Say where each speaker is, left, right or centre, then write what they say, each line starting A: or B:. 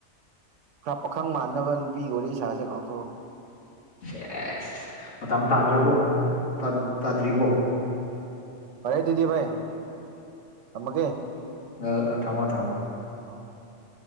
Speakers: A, on the right; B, on the left.
A: ꯈꯔ ꯄꯥꯈꯪ ꯃꯥꯟꯅꯕ ꯅꯨꯄꯤꯒꯤ ꯋꯥꯔꯤ ꯁꯥꯥꯁꯦ ꯂꯥꯎ ꯊꯣꯔꯛꯑꯣ
B: ꯁꯦꯁ ꯃꯇꯝ ꯇꯥꯗ꯭ꯔꯕꯣ ꯇꯥꯗ꯭ꯔꯤꯕꯣ
A: ꯑꯔꯦ ꯑꯗꯨꯗꯤ ꯚꯥꯏ ꯊꯝꯃꯥꯒꯦ
B: ꯑꯎ ꯊꯝꯃꯣ ꯊꯝꯃꯣ
A: ꯍ ꯍꯣꯏ